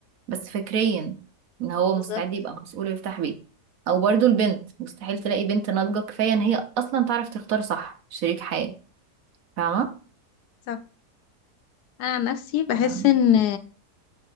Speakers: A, on the right; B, on the left.
A: بس فكريا ان هو
B: بالظبط
A: مستعد يبقى مسؤول ويفتح بيت او برضو البنت مستحيل تلاقي بنت ناضجة كفاية ان هي اصلا تعرف تختار صح شريك حياة فاهمة
B: صح انا عن نفسي بحس
A: تمام
B: ان